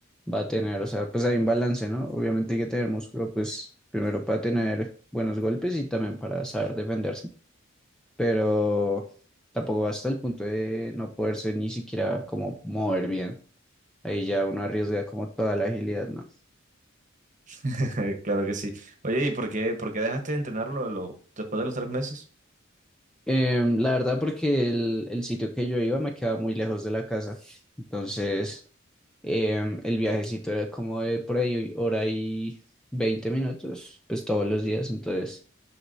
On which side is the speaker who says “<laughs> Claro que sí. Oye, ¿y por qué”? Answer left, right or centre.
Right